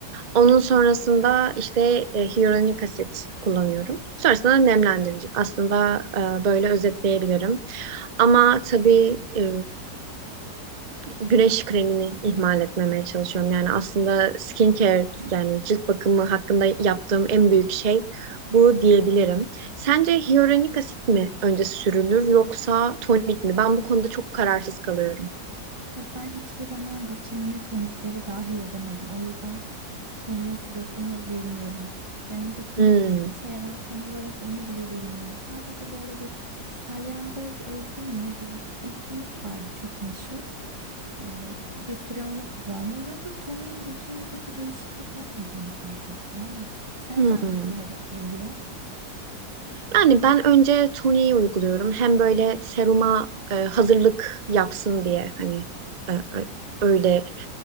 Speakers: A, on the right; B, on the right.
A: Onun sonrasında işte e, hyaluronik asit kullanıyorum. Sonrasında nemlendirici. Aslında e, böyle özetleyebilirim. Ama tabii e, güneş kremini ihmal etmemeye çalışıyorum. Yani aslında skincare yani cilt bakımı hakkında yaptığım en büyük şey bu diyebilirim. Sence hyaluronik asit mi önce sürülür yoksa tonik mi? Ben bu konuda çok kararsız kalıyorum.
B: Ya ben hiçbir zaman rutinime tonikleri dahil edemedim. O yüzden hiç toniğin sırasını bilmiyorum. Yani mesela tonik
A: Hmm.
B: işe yarar tam olarak onu bile bilmiyorum. Sadece böyle bir salyangoz özlü mü ne bir, bir tonik vardı çok meşhur. Ee, bir süre onu kullandım. Ya bu toniğin rutinimde bir değişiklik yapmadığını fark ettim ama sence
A: Hmm.
B: hangi sırada sürülüyor?
A: Yani ben önce toniği uyguluyorum. Hem böyle seruma e, hazırlık yapsın diye hani e, e, öyle